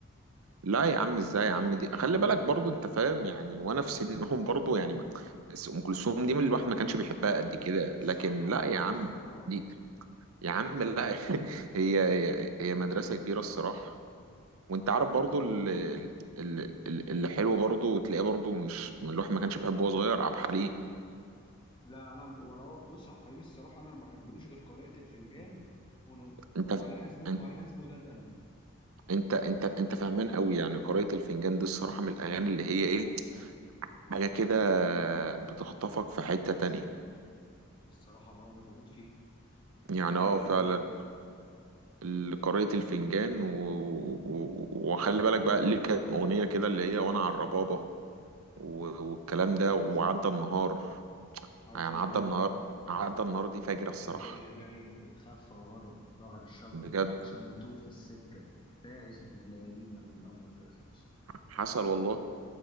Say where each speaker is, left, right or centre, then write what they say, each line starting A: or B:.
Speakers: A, on the right; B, on the left.
A: لا يا عم ازاي يا عم دي خلي بالك برضو انت فاهم يعني وانا في سنهم برضو يعني ما- بس ام كلثوم دي من الواحد ما كانش بيحبها
B: صراحه
A: قد كده
B: الصراحه
A: لكن لا يا عم
B: الصراحه
A: دي يا عم لا <laughs> هي هي هي مدرسة كبيرة الصراحة وانت عارف برضو ال- ال- ال- اللي حلو برضو وتلاقيه برضو مش من الواحد ما كانش بيحبه وهو صغير عبد الحليم
B: لا انا ولو بص عبد الحليم الصراحه انا ما بحبلوش غير قراءه الفنجان ونقطه
A: انت
B: وعلى حسب وعلى
A: انت
B: حسب وداد قلبي
A: انت انت انت فاهمان قوي يعني قارئة الفنجان دي الصراحة من الاغاني اللي هي ايه
B: تحفه
A: حاجة كده بتخطفك في حتة تانية
B: الصراحه اه انا بموت فيها
A: يعني
B: اغنيه
A: اه
B: جميله
A: فعلا ال- قارئة الفنجان و... و... وخلي بالك بقى ليه كام اغنية كده اللي هي وانا على الربابة و... والكلام ده وعدى النهار
B: عدى
A: يعني
B: النهار
A: عدى النهار عدى النهار دي فجرة
B: والمغربيه
A: الصراحة
B: جايه تتخفى ورا ظهر الشجر
A: بجد
B: وعشان نتوه في السكه تاهت في الليالينا القمر جاي
A: حصل والله